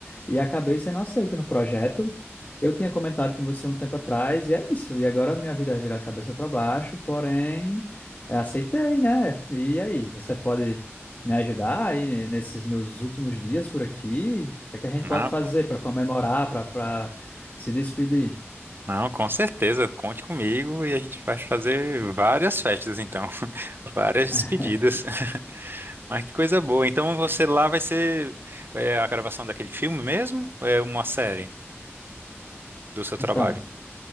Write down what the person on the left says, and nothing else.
e acabei sendo aceito no projeto. Eu tinha comentado com você um tempo atrás e é isso. E agora minha vida vira cabeça para baixo, porém é, aceitei, né? E aí, você pode me ajudar aí nesses meus últimos dias por aqui? O que é que a gente
pode fazer para comemorar, para para se despedir?
<laughs>
Então.